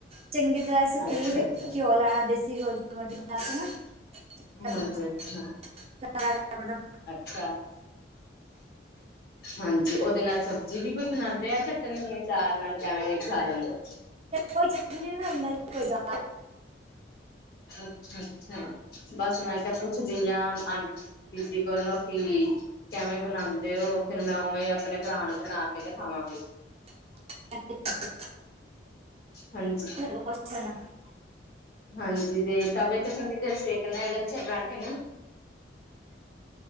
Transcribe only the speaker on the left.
ਅੱਛਾ-ਅੱਛਾ,
ਹਾਂਜੀ ਅੱਛਾ,
ਅੱਛਾ ਹਾਂਜੀ ਓਦੇ ਨਾਲ ਸਬਜ਼ੀ ਵੀ ਕੋਈ ਬਣਾਦੇ ਆ ਚਟਨੀ ਯਾਂ ਚਾਰ ਨਾਲ ਕਿਵੇਂ ਖਾ ਲਦੇ ਹੋ।
ਅੱਛਾ ਅੱਛਾ। ਬਸ ਮੈਂ ਕੇਆ ਪੁੱਛਦੀ ਆਂ ਆਂਟ ਜੀ ਕੋਲ਼ੋਂ ਕਿ ਕੈਵੇਂ ਬਨਾਂਦੇ ਓ। ਫੇਰ ਮੈਂ ਓਵੇਂ ਅਪਣੇ ਭਰਾ ਨੂੰ ਬਣਾ ਕੇ ਦਖਾਵਾਂਗੀ।
ਹਾਂਜੀ।
ਹਾਂਜੀ ਦੇ ਤਾਵੇ। ਤੇ ਕਿਨੀ ਦੇਰ ਸੇਕਨਾ ਐ ਲੱਛੇ ਪਰਾਂਠੇ ਨੂੰ?